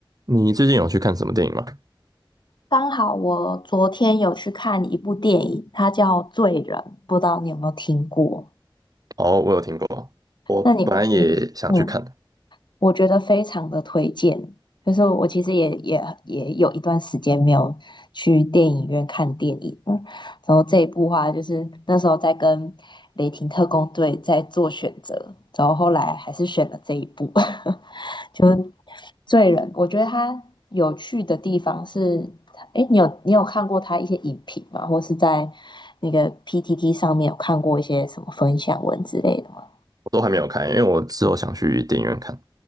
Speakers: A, on the right; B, on the left.
A: 你最近有去看什么电影吗？
B: 刚好我昨天有去看一部电影，它叫《罪人》，不知道你有没有听过？
A: 哦，我有听过，我本来也想去看的，
B: 那你你嗯，我觉得非常的推荐。就是我其实也也也有一段时间没有去电影院看电影，嗯，然后这一部话就是那时候在跟雷霆特工队在做选择，然后后来还是选了这一部，<laughs> 就罪人，我觉得他有趣的地方是，哎，你有你有看过他一些影评吗？或是在那个 PTT 上面有看过一些什么分享文之类的吗？
A: 我都还没有看，因为我之后想去电影院看。